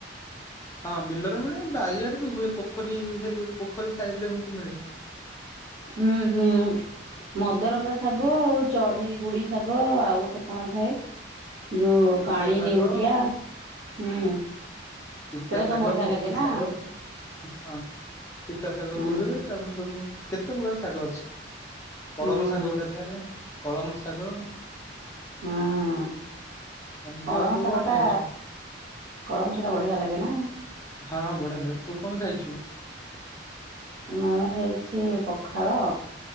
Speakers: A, on the left (about 15°); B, on the right (about 70°).
A: ହଁ ବିଲରେ ମିଳେ ବାରି ଆଡ଼େ ବି ହୁଏ ପୋଖରୀ- ପୋଖରୀ ସାଇଡ ରେ ଏମିତି ମିଳେ।
B: ହୁଁ -ହୁଁ ମଦରଙ୍ଗା ଶାଗ ଆଉ ଚଢେଇ ଗୁଡି ଶାଗ ଆଉ ଗୋଟେ କଣ ଥାଏ ଯଉ
A: ପିତା
B: କାଣି
A: ଶାଗ
B: ନେଉଟିଆ ହୁଁ।
A: ପିତା
B: ସେଟା ସବୁ
A: ଶାଗ,
B: ବଢିଆ
A: ମୋତି
B: ଲାଗେ ନା
A: ଶାଗ ହଁ ପିତା ଶାଗ
B: ହୁଁ
A: ବି ହୁଏ ତାପରେ ସେଠୁ କେତେ ପ୍ରକାର ଶାଗ ଅଛି।
B: ହୁଁ
A: କଳମ ଶାଗ ଗୋଟେ ଥାଏ କଳମ ଶାଗ
B: ହୁଁ
A: ଏମିତି
B: କଳମ
A: ଆଉ ତୁ
B: ଶାଗ
A: କଣ
B: ଟା
A: ଖାଇଛୁ
B: କଳମ ଶାଗ ଟା ବଢିଆ ଲାଗେ ନା।
A: ହଁ ବଢିଆ ଲାଗେ। ତୁ କଣ ଖାଇଚୁ?
B: ମୁଁ ଖାଇଚି ପଖାଳ